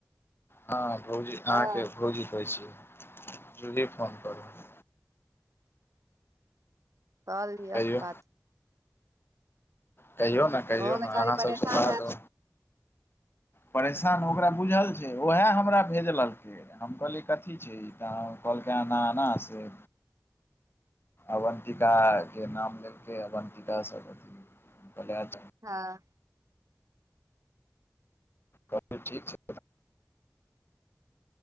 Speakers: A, on the left (about 45°); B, on the right (about 75°).
A: हँ भौजी अहाँके
B: हँ
A: भौजी कहै छी जूली फोन कऽ रहल अए
B: कऽ लिय
A: कहियौ
B: बात
A: कहियौ नऽ कहियौ
B: ओहो
A: नऽ
B: बेचारी
A: अहाँसब
B: परेशान
A: सऽ बाद
B: हैत
A: ओ परेशान ओकरा बुझल छै। ओहे हमरा भेजलकै हम कहलियै कथी छै। ई तऽ कहलकै एना एना से अवन्तिका के नाम लेके अवन्तिका सऽ बति हम कहलिये अच्छा
B: हँ
A: <unintelligible> ठीक छै